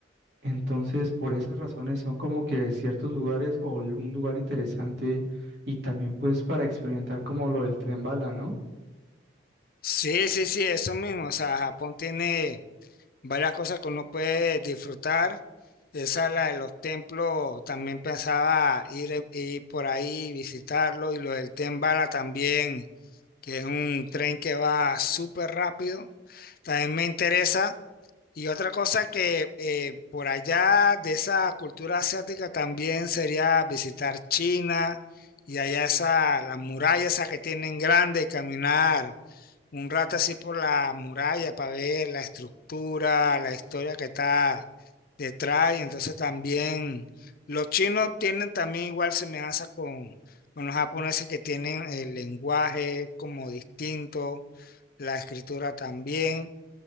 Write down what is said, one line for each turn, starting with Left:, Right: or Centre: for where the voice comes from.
Right: Entonces, por esas razones son como que ciertos lugares o l- un lugar interesante y también pues para experimentar como lo del tren bala, ¿no?
Left: Sí, sí, sí, eso mismo. O sea, Japón tiene varias cosas que uno puede disfrutar. Esa es la de los templos, también pensaba ir, eh, ir por ahí, visitarlo, y lo del Tren Bala también, que es un tren que va súper rápido, también me interesa. Y otra cosa que eh, por allá de esa cultura asiática también sería visitar China y allá esa, la muralla esa que tienen grande y caminar un rato así por la muralla para ver la estructura, la historia que está detrás. Y entonces también los chinos tienen también igual semejanza con, con los japoneses que tienen el lenguaje como distinto, la escritura también.